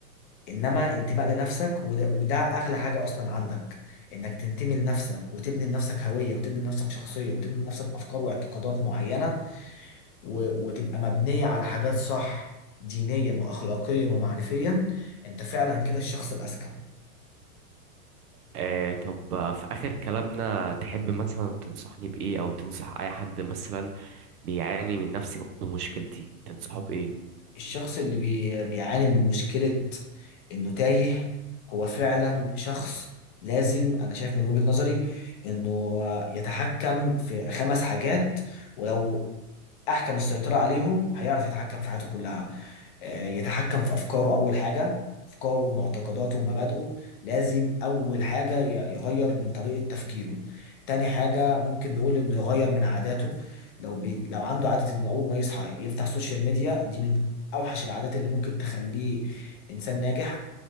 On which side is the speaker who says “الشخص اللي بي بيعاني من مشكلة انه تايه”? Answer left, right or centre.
Left